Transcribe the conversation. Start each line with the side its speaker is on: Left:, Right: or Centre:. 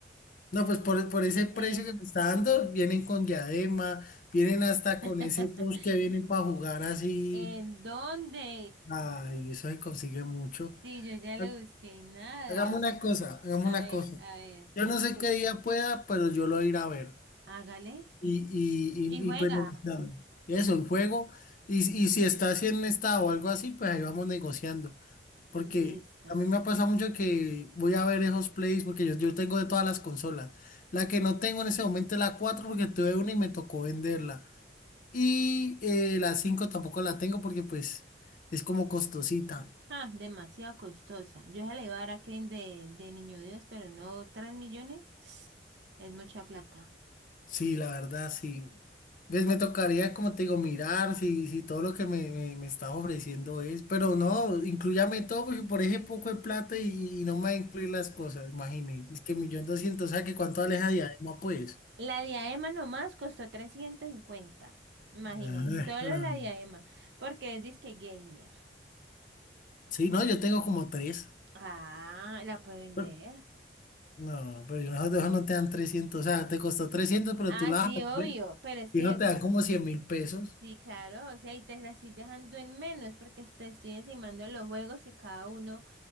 Left: No, pues por, por ese precio
Right: Eh,
Left: que me está dando, vienen con diadema, vienen hasta
Right: <laughs>
Left: con ese post que vienen para jugar así.
Right: ¿En dónde?
Left: Ay, eso se consigue mucho.
Right: Sí, yo ya lo
Left: Ha-
Right: busqué y nada.
Left: Hagamos una cosa, hagamos
Right: A
Left: una
Right: ver,
Left: cosa.
Right: a ver,
Left: Yo
Right: escuche.
Left: no sé qué día pueda, pero yo lo iré a ver.
Right: Hágale
Left: Y,
Right: y
Left: y,
Right: juega.
Left: y, y pues negociamos. Eso, el juego. Y, y si está así en estado o algo así, pues ahí vamos negociando. Porque
Right: Listo.
Left: a mí me ha pasado mucho que voy a ver esos plays porque yo, yo tengo de todas las consolas. La que no tengo en ese momento es la 4 porque tuve una y me tocó venderla. Y eh, la 5 tampoco la tengo porque pues es como costosita.
Right: Ah, demasiado costosa. Yo se la iba a dar a Kevin de, de Niño Dios, pero no, 3 millones <sniffs> es mucha plata.
Left: Sí, la verdad, sí. ¿Ves? Me tocaría, como te digo, mirar si, si todo lo que me, me, me está ofreciendo es. Pero no, incluyame todo porque por ese poco de plata y, y no me va a incluir las cosas, imagínate. Es que millón doscientos, o sea que cuánto aleja de Adema, pues.
Right: La diadema nomás costó 350. Imagínese,
Left: Ajá.
Right: solo la diadema, porque es disque gamer.
Left: Sí, no, yo tengo como tres.
Right: Ah, la puede vender.
Left: Pero- no, pero yo nosotros no te dan trescientos, O sea, te costó 300, pero
Right: Ah,
Left: tú la
Right: sí,
Left: vas a
Right: obvio,
Left: hacer.
Right: pero es
Left: Y
Right: que,
Left: eso te dan como cien mil pesos.
Right: sí, claro, o sea, y te la estoy dejando en menos porque te estoy encimando los juegos que cada uno